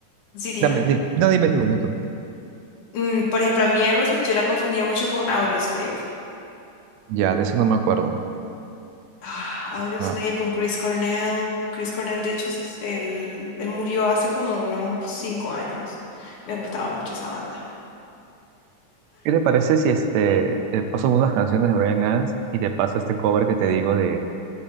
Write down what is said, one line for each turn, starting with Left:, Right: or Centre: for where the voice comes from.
Left: sí, dime.
Right: Dame, di- no, dime tú, dime tú.
Left: Mm, por ejemplo, a mí Aerosmith yo la confundía mucho con Audioslave.
Right: Ya, de eso no me acuerdo.
Left: Ah, Audioslave
Right: No.
Left: con Chris Cornell. Chris Cornell, de hecho, es el, él murió hace como unos cinco años. Me gustaba mucho esa banda.
Right: ¿Qué te parece si este, te paso unas canciones de Bryan Adams y te paso este cover que te digo de,